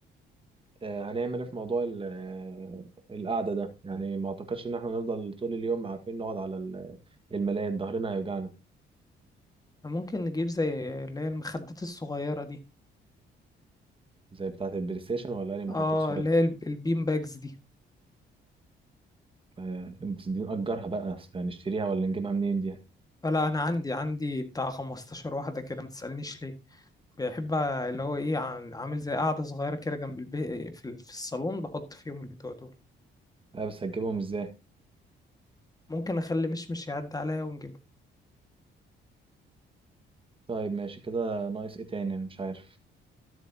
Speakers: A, on the right (about 25°); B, on the left (about 20°).
A: آه، هنعمل ايه في موضوع ال- آه، القعدة ده يعني ما اعتقدش ان احنا نفضل طول اليوم عارفين نقعد على ال- الملاية ظهرنا هيوجعنا
B: ممكن نجيب زي اللي هي المخدات الصغيرة دي
A: زي بتاعة البلاي ستيشن ولا اي مخدات
B: اه
A: صغيرة
B: اللي هي الب- البين باجز دي
A: آه، بس دي نأجرها بقى أصل هنشتريها ولا نجيبها منين دي
B: فلا انا عندي عندي بتاع 15 واحده كده ما تسالنيش ليه بحب اللي هو ايه عن- عامل زي قاعده صغيره كده جنب البيت في, ال- في الصالون بحط فيهم البتوع دول
A: آه بس هتجيبهم ازاي
B: ممكن اخلي مشمش يعدي عليا ونجيبه
A: طيب ماشي كده ناقص ايه تاني أنا مش عارف